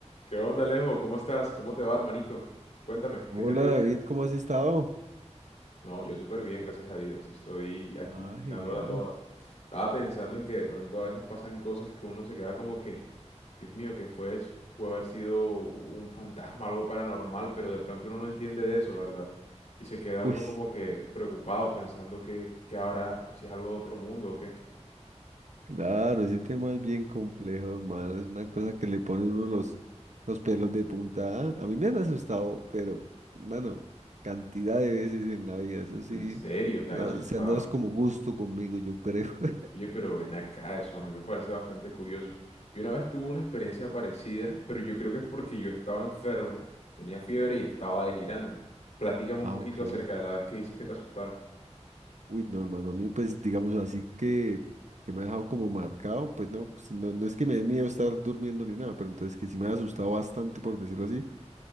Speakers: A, on the left; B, on the right.
A: ¿Qué onda, Alejo? ¿Cómo estás? ¿Cómo te va, hermanito? Cuéntame,
B: Hola
A: ¿qué es de tu día?
B: David, ¿cómo has estado?
A: No, yo súper bien, gracias a Dios. Estoy aquí
B: Ah, genial.
A: dándola toda. Estaba pensando en que de pronto a veces pasan cosas que uno se queda como que, Dios mío, ¿qué fue eso? Puede haber sido un fantasma, algo paranormal, pero de pronto uno no entiende de eso, ¿verdad? Y se queda uno
B: Uy,
A: como que preocupado pensando que, qué habrá, o si es algo de otro mundo o qué.
B: claro, ese tema es bien complejo, hermano. Es una cosa que le pone uno los, los pelos de punta. A mí me han asustado, pero bueno, cantidad de veces en la vida. Eso sí,
A: En serio, tan
B: digamos,
A: asustado.
B: se han dado es como gusto conmigo, yo creo. <laughs>
A: Oye, pero ven acá, eso a mí me parece bastante curioso. Yo una vez tuve una experiencia parecida, pero yo creo que es porque yo estaba enfermo, tenía fiebre y estaba delirando. Platícame un
B: Ah,
A: poquito
B: ok.
A: acerca de la vez que dices que te asustaron.
B: Uy, no, hermano, a mí pues digamos así que, que me ha dejado como marcado, pues no, pues, no, no es que me dé miedo estar durmiendo ni nada, pero entonces que sí me ha asustado bastante, por decirlo así.